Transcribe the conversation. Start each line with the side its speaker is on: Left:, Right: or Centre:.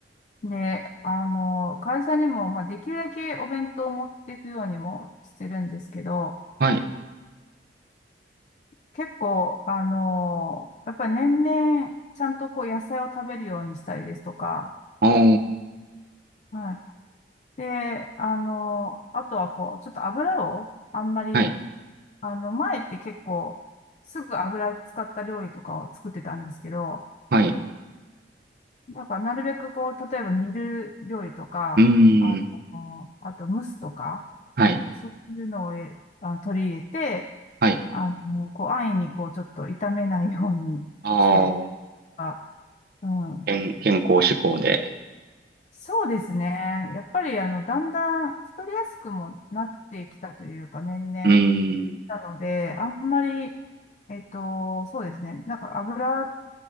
Left: で、あの、会社にも、まあ、できるだけお弁当を持っていくようにもしてるんですけど、
Right: はい、
Left: 結構、あの、やっぱり年々、ちゃんとこう野菜を食べるようにしたりですとか、
Right: ああ、
Left: はい。で、あの、あとはこう、ちょっと油をあんまり、
Right: はい、
Left: あの、前って結構、すぐ油使った料理とかを作ってたんですけど、
Right: はい、
Left: なんか、なるべくこう、例えば煮る料理とか、
Right: うーん、
Left: あの、あと蒸すとか、
Right: はい、
Left: そういうのをえあの取り入れて、
Right: はい、
Left: あの、こう、安易にこう、ちょっと炒めないようにしてるというか、
Right: ああ、
Left: うん。
Right: 健、健康志向で、
Left: そうですね。やっぱり、あの、だんだん太りやすくもなってきたというか、年々。
Right: うーん、
Left: なので、あんまり、えっと、そうですね。なんか油、